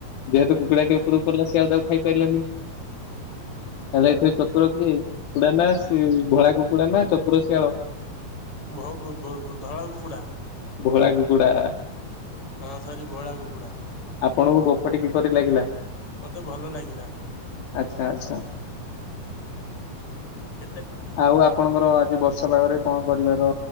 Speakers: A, on the left (about 75°); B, on the left (about 35°).
A: ଯେହେତୁ କୁକୁଡ଼ା କି ଉପୁରୁ ପଡ଼ିଲା ସେ ଆଉ ତାକୁ ଖାଇ ପାରିଲାନି। ତାହେଲେ ଏଥିରେ ଚତୁର କିଏ? କୁକୁଡ଼ା ନା ଶି- ଭଳା କୁକୁଡ଼ା ନା ଚତୁର ଶିଆଳ?
B: ଭ -ଧଳା କୁକୁଡା।
A: ଭୋଳା କୁକୁଡ଼ା।
B: ହଁ ସରି ଭୋଳା କୁକୁଡା
A: ଆପଣଙ୍କୁ ଗୋପଟି କିପରି ଲାଗିଲା?
B: ମତେ ଭଲ ଲାଗିଲା।
A: ଆଚ୍ଛା ଆଚ୍ଛା।
B: କେତେ କଣ
A: ଆଉ ଆପଣଙ୍କର ଆଜି ବର୍ଷାପାଗରେ- କଣ କରିବାର